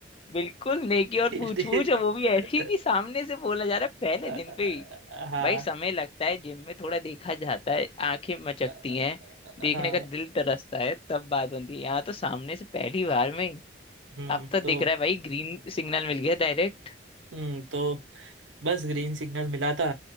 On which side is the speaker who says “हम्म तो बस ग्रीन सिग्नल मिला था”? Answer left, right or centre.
Right